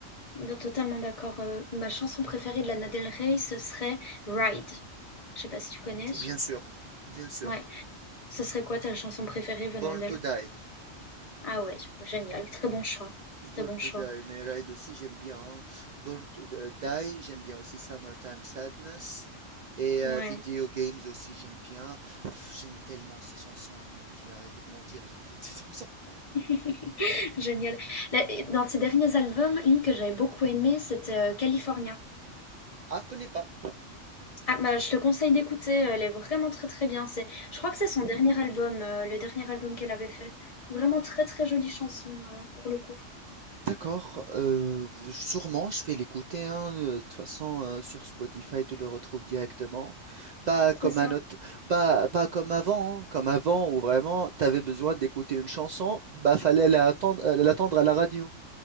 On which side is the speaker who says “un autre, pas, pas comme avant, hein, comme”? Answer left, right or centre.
Right